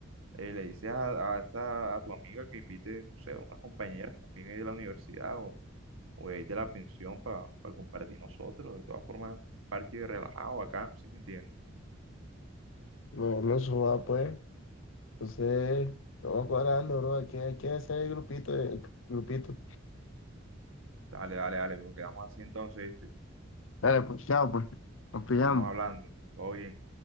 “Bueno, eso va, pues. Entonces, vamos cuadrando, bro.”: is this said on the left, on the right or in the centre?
Left